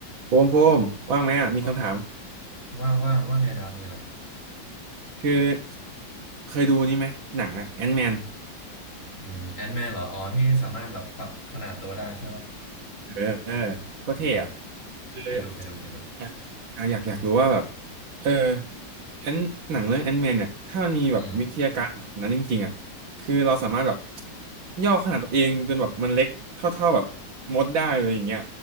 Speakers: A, on the right (about 85°); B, on the left (about 40°).
A: โพมโพมว่างไหมอ่ะมีคำถาม
B: ว่าว่างว่างว่างไงดาวมีอะไร
A: คือเคยดูนี่ไหมหนังอ่ะแอนแมน
B: อืมแอนแมนเหรออ๋อที่สามารถแบบปรับขนาดตัวได้ใช่ไหม
A: เออเออโคตรเท่อ่ะ
B: อืม
A: คือ
B: เคยดูเคยดูเคยดู
A: อยากอ่ะอยากอยากรู้ว่าแบบเออแอนหนังเรื่องแอนแมนเนี่ยถ้ามันมีแบบวิทยาการแบบนั้นจริงๆอ่ะคือเราสามารถแบบ
B: อืม
A: ย่อขนาดตัวเองจนแบบมันเล็กเท่าๆแบบมดได้เลยอย่างเงี้ย